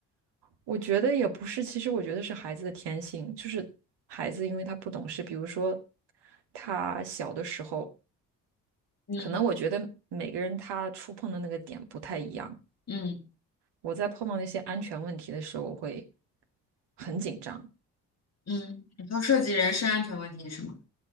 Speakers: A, on the right (about 55°); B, on the left (about 30°).
A: 我觉得也不是，其实我觉得是孩子的天性，就是孩子因为他不懂事，比如说他小的时候，
B: 嗯
A: 可能我觉得每个人他触碰的那个点不太一样。
B: 嗯
A: 我在碰到那些安全问题的时候，我会很紧张。
B: 嗯，你说涉及人身安全问题是吗？